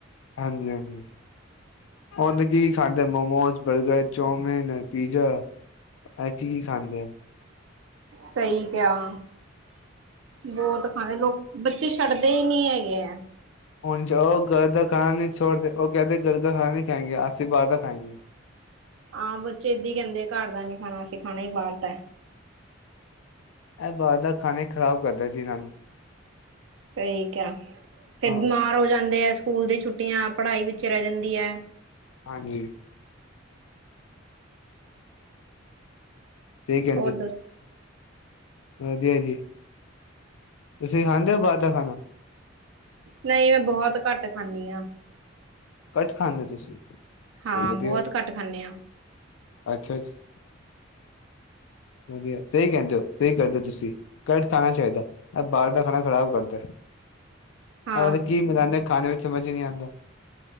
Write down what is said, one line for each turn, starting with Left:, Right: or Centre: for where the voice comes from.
Left: ਹਾਂਜੀ-ਹਾਂਜੀ, ਹੂੰ ਤੇ ਕੀ ਖਾਂਦੇ momos, burger, chow mein, pizza actually ਖਾਂਦੇ ਆ-
Right: ਸਹੀ ਕਿਆ- ਬਹੁਤ ਖਾਂਦੇ ਲੋਕ ਬੱਚੇ ਛੱਡਦੇ ਹੀ ਨਹੀ ਹੈਗੇ ਐ।
Left: ਹਣ ਉਹ ਘਰ ਦਾ ਖਾਣਾ ਨਹੀ ਛੋੜਦੇ ਉਹ ਕਹਿਦੇ ਘਰ ਦਾ ਖਾਣਾ ਨਹੀ ਖਾਏਂਗੇ ਅਸੀਂ ਬਾਹਰ ਦਾ ਖਾਏਗਾ
Right: ਹਾਂ, ਬੱਚੇ ਏਦਾਂ ਹੀ ਕਹਿਦੇ ਘਰ ਦਾ ਨੀ ਖਾਣਾ ਅਸੀਂ ਖਾਣਾ ਹੀ ਬਾਹਰ ਦਾ
Left: ਇਹ ਬਾਹਰ ਦਾ ਖਾਣੇ ਈ ਖਰਾਬ ਕਰਦਾ ਜੀ ਇਹਨਾਂ ਨੂੰ
Right: ਸਹੀ ਕਹਿੰਦੇ ਆ ਫੇਰ
Left: ਹਾਂ
Right: ਬਿਮਾਰ ਹੋ ਜਾਂਦੇ ਆ ਸਕੂਲ ਦੀ ਛੁੱਟੀਆਂ ਪੜ੍ਹਾਈ ਪਿੱਛੇ ਰਹਿ ਜਾਦੀ ਐ।
Left: ਹਾਂਜੀ- ਸਹੀ ਕਹਿੰਦੇ
Right: ਹੋਰ ਦੱਸ
Left: ਵਧੀਆ ਜੀ। ਤੁਸੀਂ ਖਾਂਦੇ ਹੋ ਬਾਹਰ ਦਾ ਖਾਣਾ
Right: ਨਹੀਂ, ਮੈਂ ਬਹੁਤ ਘੱਟ ਖਾਣੀ ਆ।
Left: ਘੱਟ ਖਾਂਦੇ ਤੁਸੀਂ- ਚਲੋ
Right: ਹਾਂ,
Left: ਵਧੀਆ
Right: ਬਹੁਤ ਘੱਟ ਖਾਂਦੇ ਆ।
Left: ਅੱਛਾ ਜੀ। ਵਧੀਆ ਸਹੀ ਕਹਿੰਦੇ ਓ ਸਹੀ ਕਹਿੰਦੇ ਓ ਤੁਸੀਂ, ਘੱਟ ਖਾਣਾ ਚਾਹੀਦਾ ਬਾਹਰ ਦਾ ਖਾਣਾ ਖਰਾਬ ਕਰਦਾ
Right: ਹਾਂ
Left: ਅਗਰ ਕੀ ਖਾਣੇ ਵਿਚ ਸਮਝ ਈ ਨੀ ਆਂਦਾ